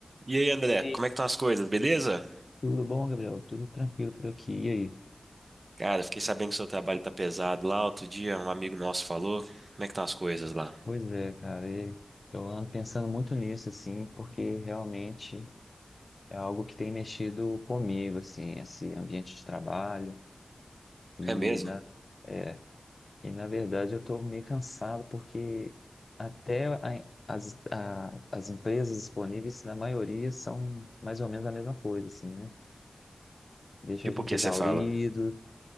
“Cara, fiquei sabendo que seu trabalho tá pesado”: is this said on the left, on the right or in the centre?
Right